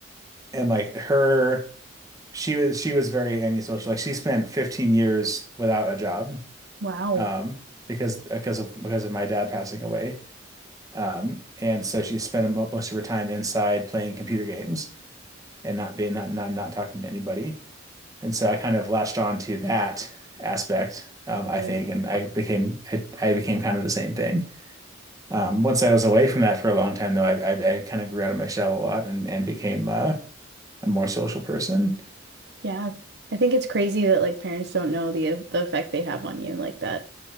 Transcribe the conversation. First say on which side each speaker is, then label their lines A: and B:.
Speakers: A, on the right; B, on the right.
A: and like her. she was she was very antisocial. Like she spent 15 years without a job,
B: Wow.
A: um, because because of because of my dad passing away. Um, and so she spent mo- most of her time inside playing computer games and not being not not not talking to anybody. And so I kind of latched on to that aspect, um, I
B: Right.
A: think, and I became I, I became kind of the same thing. Um, once I was away from that for a long time, though, I I, I kind of grew out of my shell a lot and and became uh, a more social person,
B: Yeah. I think it's crazy that like parents don't know the uh, the effect they have on you like that.